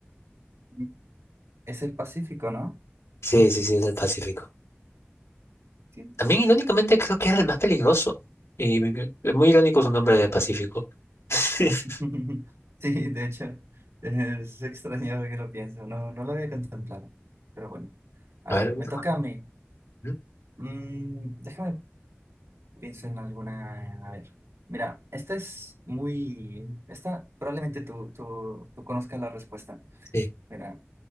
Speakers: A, on the right; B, on the left.
A: mm. Es el Pacífico, ¿no?
B: Sí, sí, sí, es el Pacífico.
A: Sí.
B: También irónicamente creo que era el más peligroso. Y y- es muy irónico su nombre de Pacífico. <laughs>
A: <laughs> Sí, de hecho, es extraño que lo pienso. No, no lo había contemplado. Pero bueno, a
B: A ver,
A: ver,
B: Superman.
A: me toca a mí.
B: ¿Mm?
A: Mm, déjame Pienso en alguna. A ver. Mira, esta es muy. Esta probablemente tú, tú, tú conozcas la respuesta.
B: sí.
A: Mira,